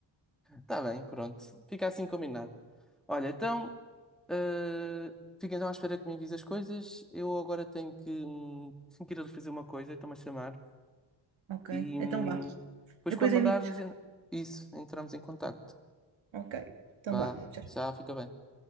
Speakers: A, in the centre; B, on the right.
A: Tá bem, pronto. Fica assim combinado. Olha, então, eh, fica então à espera que me envies as coisas. Eu agora tenho que, hum, tenho que ir ali fazer uma coisa, estão-me a chamar.
B: Ok,
A: E hum,
B: então vá.
A: depois
B: Depois
A: quando
B: eu
A: mandares
B: invito.
A: a gente... Isso, entramos em contacto.
B: Ok, então
A: Vá,
B: vá. Tchau.
A: já fica bem.